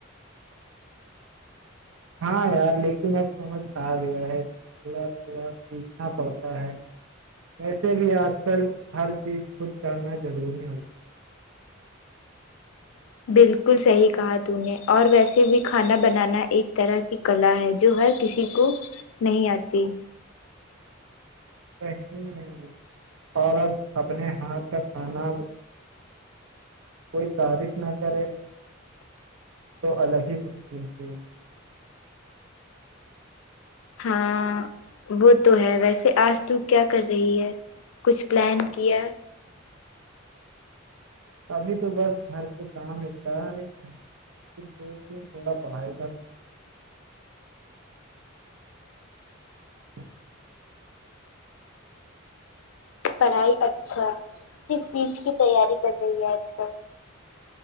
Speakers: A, on the right; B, on the left.
A: ہاں یار لیکن اب سمجھ آ گیا ہے کہ تھوڑا تھوڑا سیکچنا پڑتا ہے ویسے بھی آج کل ہر چیز خود کرنا ضروری ہوگی
B: بالکل صحیح کہا تونے اور ویسے بھی کھانا بنانا ایک طرح کی کلا ہے جو ہر کسی کو نہیں آتی
A: نہیں اور اب اپنے ہاتھ کا کھانا کوئی تعریف نہ کرے تو الگ ہی خشی ملتی ہے
B: ہاں وہ تو ہے ویسے آج تو کیا کر رہی ہے کچھ پلان کیا
A: ابھی تو بس گھر کے کام لپٹایا ہے پھر سوچ کے تھوڑا پڑھائی کرنا <inaudible>
B: پڑھائی اچھا کس چیز کی تیاری کر رہی ہے آج کل